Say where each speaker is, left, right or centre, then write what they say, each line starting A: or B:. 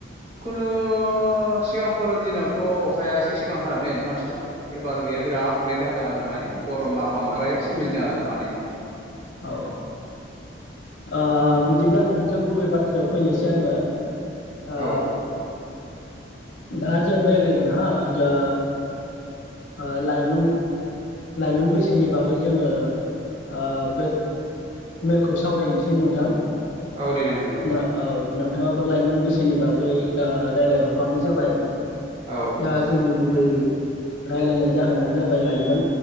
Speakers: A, on the right; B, on the left.
A: खुनु सिगां खर' दिनावथ' अखाया एसे सिगां हादोमोन एडभान्सहाय एबार गैया बिराद लेट हादों आरो माने गरमा बांद्राय
B: औ
A: सोमजिदों आरो दा माने।
B: औ ओ बिदिब्ला नोंजों गुबै बाथ्रायाव फैनोसै आङो। ओ
A: औ
B: दा जों रायलायगोन हा जा ओ लाइमोन लाइमोन बैसोनि बागै जोङो ओ बे मेलखौ सावरायनोसै नोंथां। न
A: औ दे नोंथां दे
B: औ नों नोंथाङाबो लाइमोन बैसोनि बागै ओ रायलायहरबानो जाबाय।
A: औ
B: दा जोंनि गुबै रायलायनाय जाहोनानो जाबाय लाइमोन